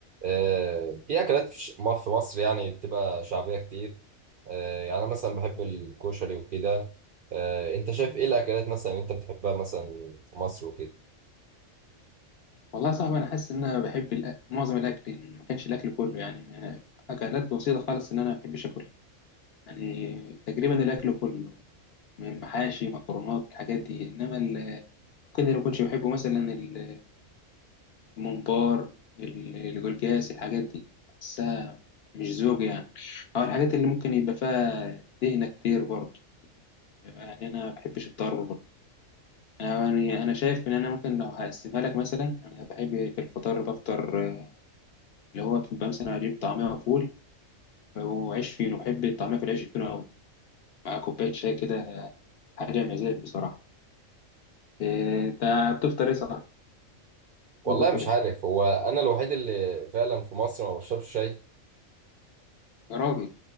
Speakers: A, on the right; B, on the left.
A: آه، في اكلات في ش- م- في مصر يعني بتبقى شعبيه كتير آه، يعني انا مثلا بحب الكشري وكده آه، انت شايف ايه الاكلات مثلا انت بتحبها مثلا في مصر وكده
B: والله صعب انا حاسس ان انا بحب الأ- معظم الاكل إن ما كانش الاكل كله يعني أنا اكلات بسيطه خالص ان انا ما بحبش اكل يعني تقريبا الاكل كله من محاشي مكرونات الحاجات دي انما ال- كده اللي ما كنتش بحبه مثلا ال- الممبار ال- الجلجاس الحاجات دي بحسها مش ذوق يعني او الحاجات اللي ممكن يبقى فيها دهنه كتير برضه يعني انا ما بحبش الضرب برضه يعني انا شايف ان انا ممكن لو هقسمها لك مثلا انا بحب في الفطار بفطر اللي هو بتبقى مثلا أجيب طعمية وفول وعيش فينو بحب الطعمية في العيش الفينو أوي مع كوباية شاي كده حاجة مزاج بصراحة إيه، أنت بتفطر إيه صح؟
A: والله
B: بتفطر
A: مش
B: إيه؟
A: عارف هو انا الوحيد اللي فعلا في مصر ما بشربش شاي
B: يا راجل